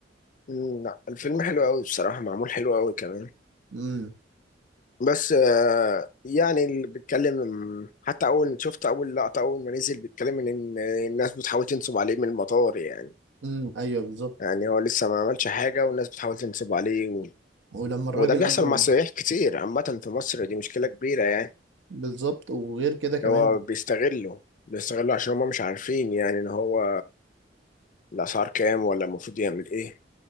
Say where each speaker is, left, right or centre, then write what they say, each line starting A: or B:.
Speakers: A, on the left (about 45°); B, on the right (about 85°).
A: مم، لا الفيلم حلو قوي بصراحة معمول حلو قوي كمان
B: امم
A: بس آه، يعني اللي بيتكلم حتى أول شفت أول لقطة أول ما نزل بيتكلم إن إن الناس بتحاول تنصب عليه من المطار يعني
B: امم ايوه بالظبط
A: يعني هو لسه ما عملش حاجة والناس بتحاول تنصب عليه و...
B: ولما الراجل
A: وده بيحصل
B: قال له
A: مع السياح كتير عامة في مصر دي مشكلة كبيرة يعني
B: بالظبط وغير كده كمان
A: إن هو بيستغله بيستغله عشان هما مش عارفين يعني إن هو الأسعار كام ولا المفروض يعمل إيه